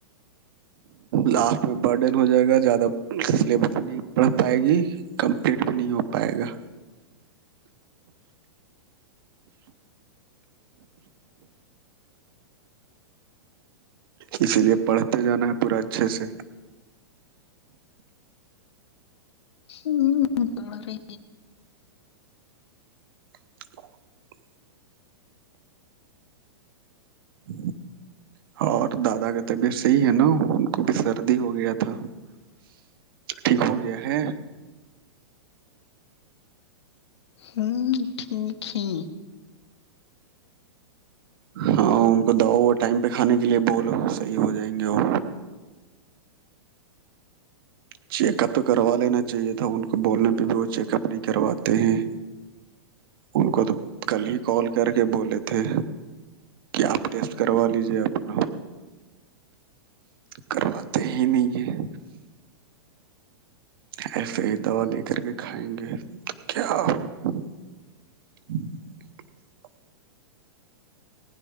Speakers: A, on the right (about 55°); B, on the left (about 80°).
A: لاسٹ اس میں برڈن ہو جائے گا زیادہ سلیبس میں نہیں پڑھ پائے گی کمپلیٹ بھی نہیں ہو پائے گا اسی لیے پڑھتے جانا ہے پورا اچھے سے
B: ہ توڑ رہ
A: <unintelligible> <unintelligible> ہ اور دادا کا تبیت صحیح ہے نا ان کو بھی سردی ہو گیا تھا ٹھیک ہو گیا ہے
B: ہوں ٹھیک ہی
A: ہاں ان کو دوا ہوا ٹائم پہ کھانے کے لیے بولو صحیح ہو جائیں گے وہ چیک اپ تو کروا لینا چاہیے تھا ان کو بولنے پہ بھی وہ چیک اپ نہیں کرواتے ہیں ان کو تو کل ہی کال کر کے بولے تھے کیا آپ ٹیسٹ کروا لیجیے اپنا کرواتے ہی نہیں ہیں ایسے ہی دوا لے کر کے کھائیں گے تو کیا ہوا ٹ